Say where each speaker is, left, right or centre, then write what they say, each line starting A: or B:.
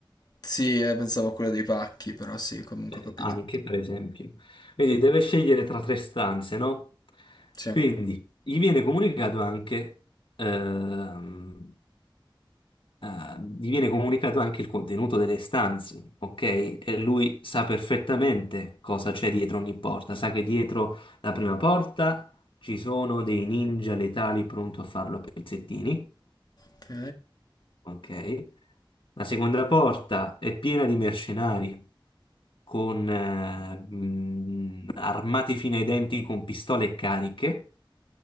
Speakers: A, on the left; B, on the left.
A: sì, eh, pensavo a quella dei pacchi, però sì, comunque
B: eh,
A: ho capito.
B: anche per esempio. Quindi deve scegliere tra tre stanze, no?
A: Sì.
B: Quindi gli viene comunicato anche, ehm, eh, gli viene comunicato anche il contenuto delle stanze, ok? E lui sa perfettamente cosa c'è dietro ogni porta, sa che dietro la prima porta ci sono dei ninja letali pronto a farlo a pezzettini
A: Ok.
B: ok? La seconda porta è piena di mercenari con eh, mh, armati fino ai denti con pistole cariche,